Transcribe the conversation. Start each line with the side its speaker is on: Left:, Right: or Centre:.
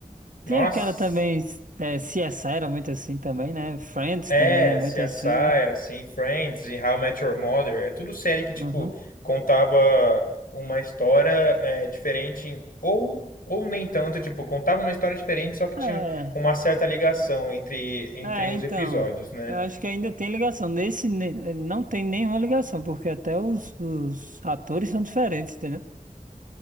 Left: Nossa!
Right: Tem aquela também, é, CSI era muito assim também, né? Friends
Left: É,
Right: também é muito
Left: CSI
Right: assim, né?
Left: era assim, Friends e How I Met Your Mother, é tudo série que, tipo,
Right: Uhum.
Left: contava uma história é, diferente, em- ou, ou nem tanto, tipo, contava uma história diferente, só que tinha
Right: É.
Left: uma certa ligação entre, entre
Right: É,
Left: os
Right: então,
Left: episódios, né?
Right: eu acho que ainda tem ligação. Nesse ne- não tem nenhuma ligação, porque até os, os atores são diferentes, entendeu?